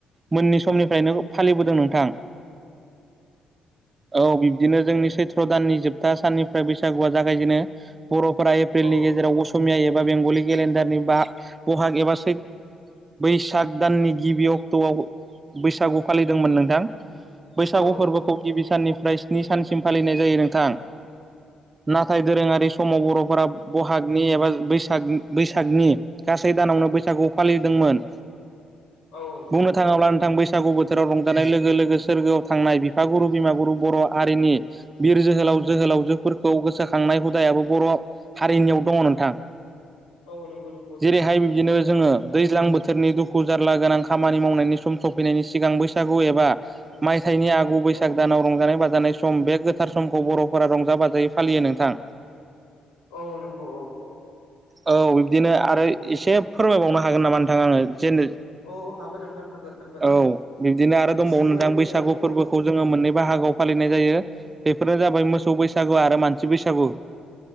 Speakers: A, on the right (about 25°); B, on the left (about 85°).
A: मोननि समनिफ्रायनो फालिबोदों नोंथां औ बिब्दिनो जोंनि सैथ्र दाननि जोबथा साननिफ्राय बैसागुआ जागायजेनो बर'फोरा एप्रिलनि
B: औ
A: गेजेराव अ समिया एबा बेंगलि केलेडारनि बा बहाग एबा सै बैसाग दाननि गिबि अक्ट'आव बैसागु फालिदोंमोन नोंथां बैसागु
B: औ
A: फोरबोखौ गिबि साननिफ्राय स्नि सानसिम फालिनाय जायो नोंथां नाथाय दोरोंङारि समाव बर'फोरा बहाग नि एबा बैसाग बैसागनि गासै दानावनो बैसागु
B: औ
A: फालिदोंमोन
B: औ नंगौ
A: बुंनो थांङोब्ला
B: नंगौ
A: नोंथां बै सागु बोथोराव रंजानाय लोगो लोगो सोरगोआव थांनाय बिफागुरु बिमागुरु बर' हारिनि बिर जोहोलाव जोहोलावजोफोरखौ गोसोखांनाय हुदायाबो बर' हारिनियाव दङ नोंथां
B: औ नंगौ नंगौ नंगौ
A: जेरैहाय बिदिनो जोंङो दैज्लां बोथोरनि दुखु जारला गोनां खामानि मावनायनि सम सफैनायनि सिगां बैसागु एबा माइ फिथाइनि आगु बैसाग
B: औ
A: दानाव रंजानाय बा जानाय सम बे गोथार समखौ बर'फोरा रंजा बाजायै फालियो नोंथां
B: औ नंगौ औ
A: औ बिब्दिनो आरो एसे
B: औ
A: फोरमायबावनो हागोन नामा नोंथां आंङो जेन
B: औ हागोन नोंथां हागोन हागोन
A: औ बिब्दिनो आरो दंबावो
B: एसे गुवारै
A: नों दां
B: फोरमायनांगौ
A: बैसागु फोरबोखौ
B: औ औ
A: जोंङो मोननै बा हागोआव फालिनाय जायो बेफोरनो जाबाय मोसौ बैसागु आरो मानसि बैसागु